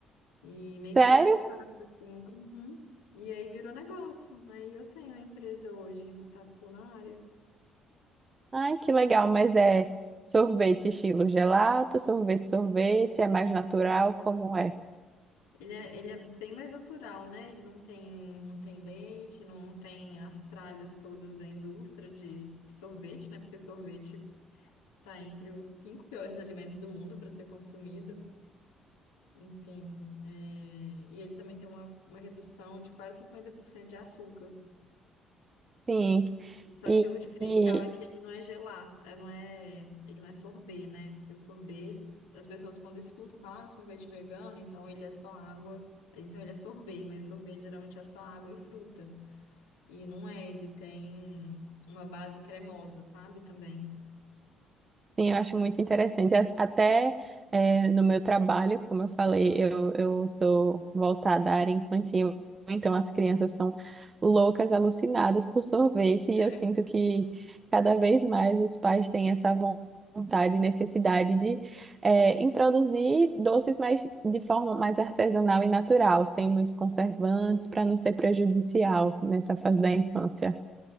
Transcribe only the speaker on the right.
Sério?
Ai, que legal, mas é sorvete estilo gelato, sorvete, sorvete, é mais natural, como é?
Sim.
E,
e
Sim, eu acho muito interessante. A- Até eh, no meu trabalho, como eu falei, eu, eu sou voltada à área infantil, então
as crianças são loucas, alucinadas por sorvete,
e eu sinto que cada vez mais os pais têm essa von- vontade e necessidade de eh, introduzir doces, mais de forma mais artesanal e natural, sem muitos conservantes, para não ser prejudicial nessa fase da infância.